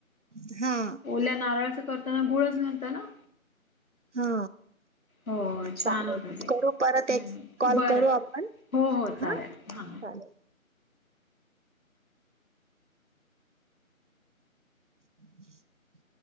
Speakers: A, on the right (about 60°); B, on the left (about 75°).
A: राहा. हा
B: ओल्या नारळाच करताना गुळच घालताना?
A: हा
B: हो छान
A: चालेल
B: होत ते
A: करू परत
B: हम्
A: एक कॉल
B: बरं
A: करू आपण
B: हो हो चालेल
A: हा
B: हा
A: चालेल हम्म